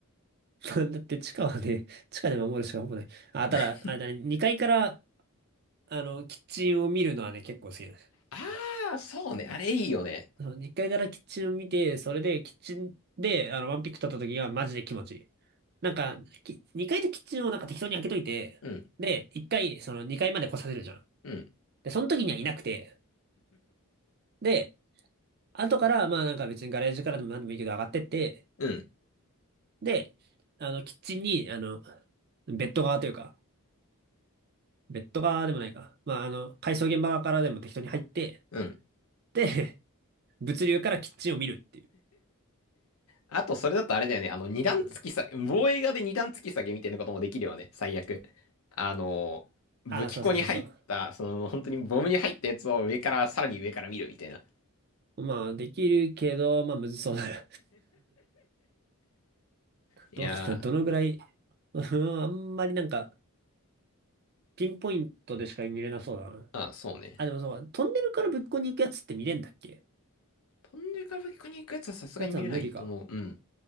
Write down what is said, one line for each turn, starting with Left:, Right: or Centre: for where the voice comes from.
Right: <laughs> だって地下はね、地下で守るしかほぼない。あ、ただ、
Left: <laughs>
Right: あれだね、2階から、あの、キッチンを見るのはね、結構好きだね。
Left: ああ、そうね。あれいいよね。
Right: その1階からキッチンを見て、それでキッチンで、あの、ワンピック取った時がマジで気持ちいい。なんか、き2階とキッチンをなんか適当に開けといて、
Left: うん、
Right: で、1回、その2階まで来させるじゃん。
Left: うん、
Right: で、その時にはいなくて、で、後から、まあなんか別にガレージからでも何でもいいけど上がってって、
Left: うん、
Right: で、あの、キッチンに、あの、ベッド側というか、ベッド側でもないか。まああの、改装現場側からでも適当に入って、
Left: うん。
Right: で、<laughs> 物流からキッチンを見るっていう。
Left: あと、それだとあれだよね。あの、二段突き下げ、
Right: うん、
Left: 防衛側で二段突き下げみたいなこともできるよね。最悪。あの、武器庫に入った、
Right: ああ、そうそうそうそう。
Left: その、本当にボムに入ったやつを上から、さらに上から見るみたいな。
Right: まあ、できるけど、まあ、むずそうだな。<laughs>
Left: いやー、
Right: どうな、どのぐらい、<laughs> うんあんまりなんか、ピンポイントでしか見れなそうだな。
Left: ああ、そうね。
Right: あ、でもそう、トンネルからぶっこに行くやつって見れんだっけ
Left: 飛んでから武器庫に行くやつはさすがに見れないと思う。
Right: やつは無理か。
Left: うん。